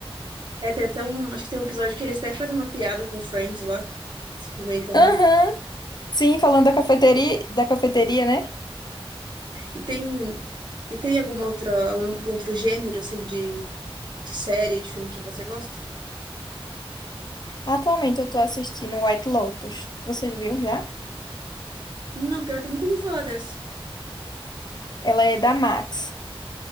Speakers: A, on the right (about 50°); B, on the left (about 45°).
A: É, tem até um... Acho que tem um episódio que eles até fazem uma piada com Friends lá. Se comentam
B: Aham.
A: lá.
B: Sim, falando da cafeteria, da cafeteria, né?
A: E tem... E tem alguma outra, algum outro gênero, assim, de de série, de filme que você gosta?
B: Atualmente eu tô assistindo White Lotus. Vocês viram já?
A: Não, pior que eu nunca ouvi falar dessa.
B: Ela é da Max.